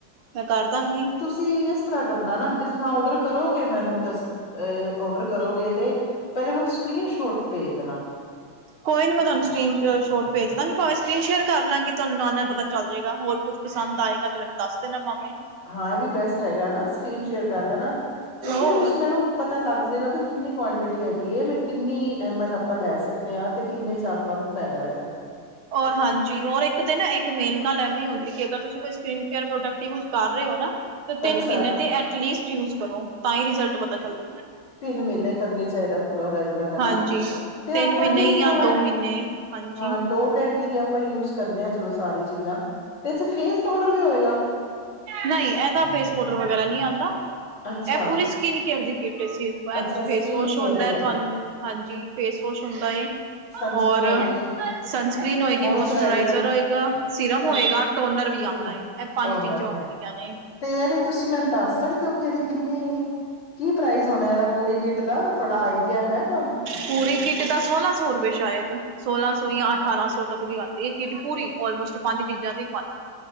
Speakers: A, on the right; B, on the left.
A: ਮੈਂ ਕਰਦਾਂਗੀ।
B: ਤੁਸੀ ਇਸ ਤਰ੍ਹਾਂ ਕਰਨਾ ਨਾ ਜਿਸ ਤਰ੍ਹਾਂ ਓਡਰ ਕਰੋਗੇ ਮੈਨੂੰ ਦੱਸ ਅ ਓਡਰ ਕਰੋਗੇ ਤੇ ਪਹਿਲੇ ਮੈਨੂੰ ਸਕਰੀਨ ਸ਼ੋਟ ਭੇਜ ਦੇਣਾ।
A: ਕੋਈ ਨੀ ਮੈਂ ਤੁਹਾਨੂੰ ਸਕਰੀਨ ਸ਼ੋਟ ਭੇਜ ਦਾਂਗੀ, ਭਾਵੇਂ ਸਕਰੀਨ ਸ਼ੇਅਰ ਕਰ ਲਾਂਗੀ, ਤੁਆਨੂੰ ਨਾਲ-ਨਾਲ ਪਤਾ ਚੱਲ ਜਏਗਾ ਹੋਰ ਕੁੱਝ ਪਸੰਦ ਆਏਗਾ ਤੇ ਮੈਨੂੰ ਦੱਸ ਦੇਣਾ ਭਾਵੇਂ
B: ਹਾਂ ਏ ਵੀ ਬੈਸਟ ਹੈਗਾ ਐ ਨਾ ਸਕਰੀਨ ਸ਼ੇਅਰ ਕਰ ਲੈਣਾ ਕਿਉਂਕਿ
A: ਹੋਰ
B: ਓਦੇ ਵਿੱਚ ਮੈਨੂੰ ਪਤਾ ਲੱਗ ਜਾਏਗਾ ਵੀ ਕਿੰਨੀ ਕੁਆਂਟਿਟੀ ਹੈਗੀ ਐ, ਮੈਂ ਕਿੰਨੀ ਐਮ ਐਲ ਆਪਾਂ ਲੈ ਸਕਣੇ ਆਂ ਤੇ ਕਿੰਨੇ ਚ ਆਪਾਂ ਨੂੰ ਫੈ਼ਦਾ ਹੈਗਾ। <inaudible>
A: ਔਰ ਹਾਂਜੀ, ਔਰ ਇੱਕ ਤੇ ਨਾ ਇੱਕ ਮੇਨ ਗੱਲ ਐ ਵੀ ਹੁੰਦੀ ਕਿ ਅਗਰ ਤੁਸੀਂ ਕੋਈ ਸਕ੍ਰੀਨ ਕੇਅਰ ਪ੍ਰੋਡਕਟ ਯੂਜ਼ ਕਰ ਰੇ ਓ ਨਾ ਤੇ ਤਿੰਨ
B: ਅੱਛਾ
A: ਮੀਨੇਂ ਤੇ ਐਟਲੀਸਟ ਯੂਜ਼ ਕਰੋ ਤਾਂ ਈ ਰਿਜ਼ਲਟ ਪਤਾ ਚੱਲਦਾ।
B: ਤਿੰਨ ਮੀਨੇਂ ਕਰਨੀ ਚਾਈਦਾ ਪੂਰਾ ਰੈਗੂਲਰ ਹੈਨਾਂ
A: ਹਾਂਜੀ
B: ਤੇ
A: ਤਿੰਨ
B: ਆਪਾਂ
A: ਮਹੀਨੇ
B: ਜਿਸਰਾਂ
A: ਜਾਂ ਦੋ ਮਹੀਨੇ ਹਾਂਜੀ
B: ਹਾਂ, ਡੋਟ ਐਂਡ ਕਿ ਦੀ ਆਪਾਂ ਯੂਜ਼ ਕਰਨੇ ਆ। ਚਲੋ ਸਾਰੀ ਚੀਜ਼ਾਂ ਤੇ ਇਚ ਫੇਸ ਪਾਊਡਰ ਵੀ ਹੋਏਗਾ।
A: ਨਈਂ, ਇਹਦਾ ਫੇਸਪੋਡਰ ਵਗੈਰਾ ਨਈਂ ਆਂਦਾ।
B: ਅੱਛਾ
A: ਐ ਪੂਰੀ ਸਕਿਨ ਕੇਅਰ ਦੀ ਕਿੱਟ ਏ ਸਿਰਫ, ਇਹਦੇ
B: ਅੱਛਾ
A: ਚ ਫੇਸ
B: ਸਕਿਨ
A: ਵੋਸ਼
B: ਕੇਅਰ
A: ਹੁੰਦਾ,
B: ਦੀ ਆਏਗੀ
A: ਤੁਆਨੂੰ ਹਾਂਜੀ, ਫੇਸ ਵੋਸ਼ ਹੁੰਦਾ ਏ।
B: ਸਨਸਕ੍ਰੀਨ
A: ਹੋਰ,
B: ਹੋਏਗੀ
A: ਸਨਸਕ੍ਰਰੀਨ ਹੋਏਗੀ,
B: ਮੋਇਸਚਰਾਈਜ਼ਰ
A: ਮੋਸਚਰਾਈਜ਼ਰ ਹੋਏਗਾ। ਸਿਰਮ
B: ਅੱਛਾ
A: ਹੋਏਗਾ, ਟੋਨਰ ਵੀ
B: ਸੀ
A: ਆਂਦਾ ਏ ਇਹ ਪੰਜ
B: ਟੋਨਰ
A: ਚੀਜ਼ਾਂ
B: ਵੀ
A: ਹੋਂਦੀਆਂ
B: ਆਉਂਦਾ
A: ਨੇ।
B: ਤੇ ਇਹਦੀ ਤੁਸੀਂ ਮੈਨੂੰ ਦੱਸ ਸਕਦੇ ਔ? ਏਦੀ ਕਿੰਨੀ, ਕੀ ਪ੍ਰਾਈਜ ਹੋਣਾ ਏਦਾ ਪੂਰੀ ਕਿੱਟ ਦਾ ਥੋੜਾ ਆਈਡੀਆ ਹੈ ਤੁਆਨੂੰ?
A: ਪੂਰੀ ਕਿੱਟ ਦਾ ਸੋਲਾਂ ਸੌ ਰੁਪਏ ਸ਼ਾਇਦ। ਸੋਲਾਂ ਸੌ, ਯਾਂ ਅਠਾਰਾਂ ਸੌ ਤੱਕ ਦੀ ਆਂਦੀ ਏ ਕਿਟ ਪੂਰੀ ਆਲਮੋਸਟ ਪੰਜ ਚੀਜ਼ਾਂ ਦੀ ਪੰਜ